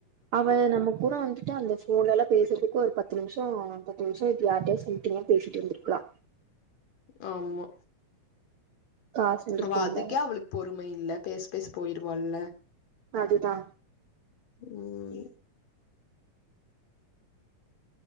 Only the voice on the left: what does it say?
ஆமா
அவ அதுக்கே அவளுக்கு பொறும இல்ல பேச பேச போயிருவால்ல
ம்